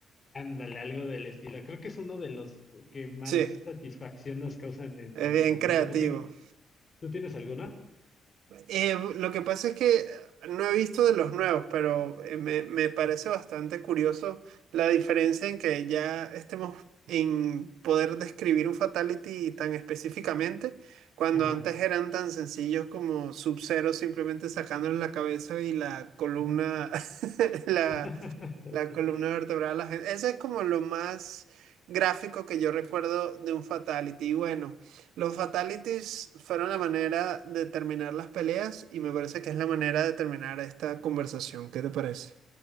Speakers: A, on the left (about 35°); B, on the right (about 80°).
A: Ándale, algo del estilo. Creo que es uno de los que más
B: Sí,
A: satisfacción nos causan en,
B: es
A: en
B: bien
A: el momento.
B: creativo.
A: ¿Tú, tien- ¿tú tienes alguno?
B: Eh, lo que pasa es que no he visto de los nuevos, pero eh, me, me parece bastante curioso la diferencia en que ya estemos en poder describir un fatality tan específicamente, cuando
A: Ajá.
B: antes eran tan sencillos como Sub-Zero simplemente sacándole la cabeza y la columna, <laughs> la,
A: <laughs>
B: la columna vertebral, la gente. ese es como lo más gráfico que yo recuerdo de un fatality. Y bueno, los fatalities fueron la manera de terminar las peleas y me parece que es la manera de terminar esta conversación. ¿Qué te parece?